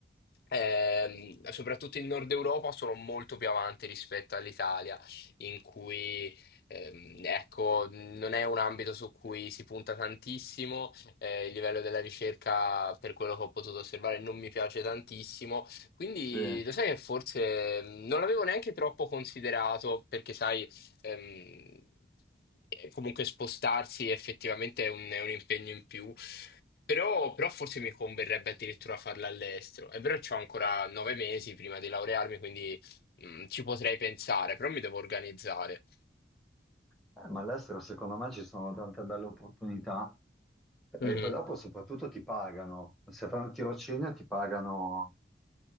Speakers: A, on the left; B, in the centre.
A: ehm, soprattutto in Nord Europa sono molto più avanti rispetto all'Italia, in cui, ehm, ecco, non è un ambito su cui si punta tantissimo, eh, il livello della ricerca, per quello che ho potuto osservare, non mi piace tantissimo quindi
B: Sì,
A: lo sai che forse mm, non l'avevo neanche troppo considerato perché sai, ehm, eh, comunque spostarsi effettivamente è un, è un impegno in più, però, però forse mi converrebbe addirittura farla all'estero. È vero, che ho ancora nove mesi prima di laurearmi, quindi mm, ci potrei pensare, però mi devo organizzare.
B: Eh, ma all'estero secondo me ci sono tante belle opportunità e
A: Mhm.
B: poi dopo soprattutto ti pagano, se fai un tirocinio ti pagano,